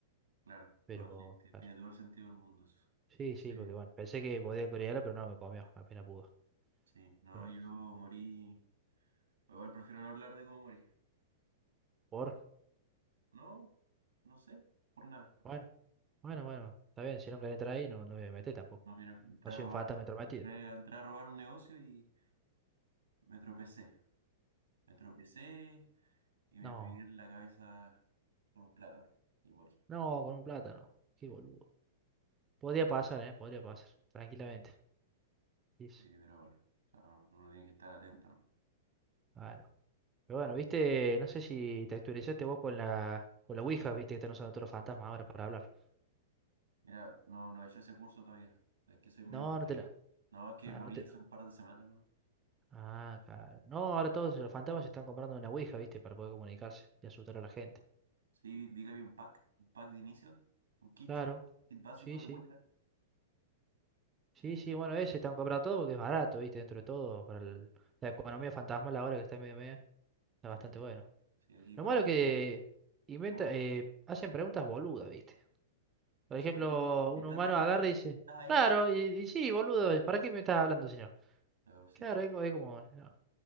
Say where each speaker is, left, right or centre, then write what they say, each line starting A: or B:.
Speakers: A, on the right; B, on the right.
A: Claro,
B: pero...
A: no, sí, ti-
B: claro.
A: tiene todo el sentido del mundo eso.
B: Sí,
A: Sí,
B: sí, porque bueno, pensé que podía corearla, pero no, me comió, apenas pudo.
A: sí, no,
B: Eh,
A: yo morí. Igual prefiero no hablar de cómo morí.
B: Por,
A: No, no sé, por nada.
B: bueno, bueno, bueno, está bien, si no quieren entrar ahí, no, no me voy a meter tampoco.
A: No, mira, entré
B: No soy
A: a robar,
B: un fantasma entrometido.
A: entré, entré a robar un negocio y me tropecé. Me tropecé y me
B: No,
A: pegué en la cabeza con un plátano y morí.
B: no, con un plátano,
A: Sí.
B: qué boludo. Podría pasar, eh, podría pasar, tranquilamente. Sí, sí,
A: Sí, pero bueno, o sea, uno tiene que estar atento. ¿no?
B: claro. Pero bueno, viste, no sé si te actualizaste vos con la, con la Ouija, viste que están usando todos los fantasmas ahora para hablar.
A: Mira, no, no he hecho ese curso todavía. Es que soy medio
B: No,
A: precavido.
B: no te la,
A: No, es que
B: ah,
A: morí
B: no te
A: hace un par de semanas, ¿no?
B: ah, claro. No, ahora todos los fantasmas se están comprando una Ouija, viste, para poder comunicarse y asustar a la gente.
A: Sí, vi que había un pack, un pack de inicio, un kit,
B: Claro,
A: kit básico
B: sí,
A: de
B: sí.
A: Ouija. Sí,
B: Sí, sí, bueno, ese están comprando todo porque es barato, viste, dentro de todo, para el- la economía fantasmal ahora que está medio medio, está
A: sí,
B: bastante
A: sí.
B: bueno.
A: Sí, Sí, aquí pagando.
B: Lo malo que inventa,
A: ¿Cómo?
B: eh, hacen preguntas boludas, viste. Por
A: Sí,
B: ejemplo, un
A: ¿estás
B: humano
A: ahí?
B: agarra y dice,
A: ¿Estás ahí?
B: claro, y, y sí, boludo, ¿para qué me estás hablando si no?
A: Pero sí.
B: Claro, es, co- es como, no.